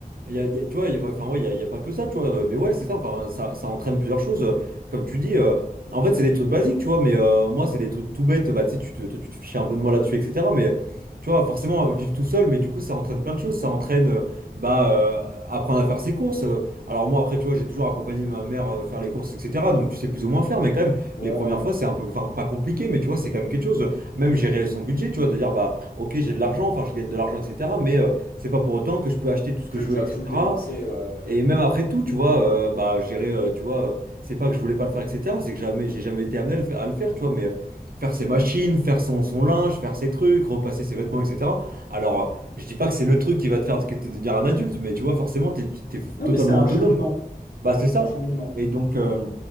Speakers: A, on the right; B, on the left.
A: il y a, il y a- tu vois, il y a pas, enfin, ouais, il y a, il y a pas que ça, tu vois. Mais ouais, c'est ça, enfin, ça, ça entraîne plusieurs choses. euh, Comme tu dis, euh, en fait, c'est des trucs basiques, tu vois, mais euh, moi, c'est des trucs tout bêtes. Bah, tu sais, tu te, toi, tu te fichais un peu de moi là-dessus, etc. Mais tu vois, forcément, euh, vivre tout seul, mais du coup, ça entraîne plein de choses. Ça entraîne, euh, bah, euh, apprendre à faire ses courses. euh, Alors, moi, après, tu vois, j'ai toujours accompagné ma mère euh, faire les courses, etc. Donc, tu sais plus ou moins faire, mais quand même,
B: Ouais,
A: les
B: ouais,
A: premières fois,
B: ouais.
A: c'est un peu, enfin, pas compliqué, mais tu vois, c'est quand même quelque chose. Même gérer son budget, tu vois, de dire, bah, ok, j'ai de l'argent, enfin, je gagne de l'argent, etc. Mais. euh, c'est pas pour autant que je peux acheter tout ce que
B: Que
A: je
B: je
A: veux,
B: dois
A: etc.
B: tout le dépenser, ouais, ouais. ouais.
A: Et même après tout, tu vois, euh, bah, gérer, euh, tu vois, euh, c'est pas que je voulais pas le faire, etc. C'est que jamais, j'ai jamais été amené à le faire, à le faire, tu vois, mais euh, faire ses machines, faire son, son linge, faire ses trucs, repasser ses
B: Hmm.
A: vêtements, etc. Alors, euh, je dis pas que c'est le truc qui va te faire te- te devenir un adulte, mais tu vois, forcément, t'es, t'es
B: Non,
A: totalement
B: mais c'est un
A: autonome.
B: cheminement.
A: Bah, c'est ça.
B: C'est un cheminement.
A: Et donc, euh,